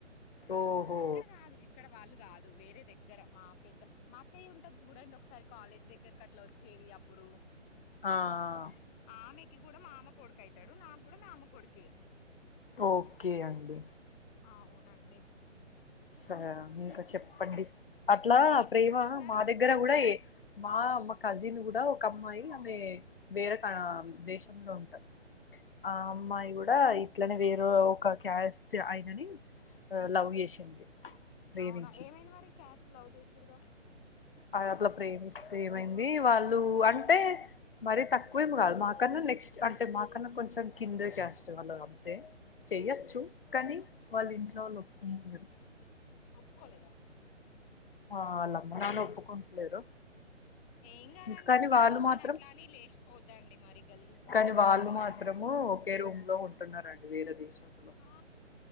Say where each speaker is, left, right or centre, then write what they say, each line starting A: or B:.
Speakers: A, on the left; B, on the left.
A: ఓహో
B: ఇక్కడ కాదు ఇక్కడ వాళ్ళు కాదు వేరే దగ్గర మా పెద్ద మా అక్కయ్య ఉంటది జూడండి ఒక సారి కాలేజ్ దగ్గరకి అట్లా వచ్చేది అప్పుడు
A: ఆ ఆహ్
B: ఆమెకి కూడా మామ కొడుకు అయితాడు నాక్కూడా మామ కొడుకే
A: ఓక్కే అండి
B: అవునండి
A: సరే ఇంక చెప్పండి అట్లా
B: ఏం
A: ప్రేమ
B: చేస్తున్నారు
A: మా దగ్గర కూడా ఏ మామ కజిన్ కూడా ఒక అమ్మాయి ఆమె వేరే కం దేశంలో ఉంటాద్ ఆ అమ్మాయి కూడా ఇట్లనే వేరే ఒక క్యాస్ట్ ఆయనని ఆ లవ్ చేసింది. ప్రేమించింది
B: అవునా ఏమైంది మరి క్యాస్ట్ లవ్ చేసిరుగా
A: ఆ అట్లా ప్రేమిస్తే ఏమైంది వాళ్ళు అంటే మరీ తక్కువేం కాదు మాకన్నా నెక్స్ట్ అంటే మాకన్నా కొంచెం కింద క్యాస్ట్ వాళ్ళు అంతే చెయ్యొచ్చు కానీ వాళ్ళ ఇంట్లో వాళ్లు ఒప్పుకొనిండరు
B: ఒప్పుకోలేదా
A: ఆ ఆలమ్మ నాన్న ఒప్పుకుంటలేరు
B: ఏం కాదండి
A: ఇంక కానీ
B: ఒప్పియాలి
A: వాళ్ళు
B: కానీ
A: మాత్రం
B: అట్లా అని లేచిపోద్దండి మరి గలీజ్గా
A: కానీ వాళ్ళు మాత్రము ఒకే రూమ్ లో ఉంటునారండి వేరే దేశంలో
B: ఆ